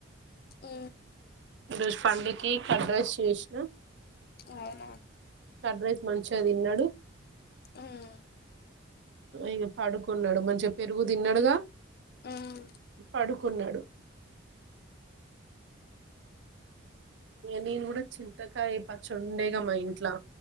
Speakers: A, on the left; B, on the right.
A: అ
B: ఈరోజు పండుకి కర్డ్ రైస్ చేసిన
A: అవునా
B: కర్డ్ రైస్ మంచిగా తిన్నాడు
A: ఉమ్
B: ఇగ పడుకున్నాడు మన్ చే పెరుగు తిన్నడుగా
A: ఉమ్
B: పడుకున్నాడు నేను కూడా చింతకాయ పచ్చడ ఉండేగా మా ఇంట్లా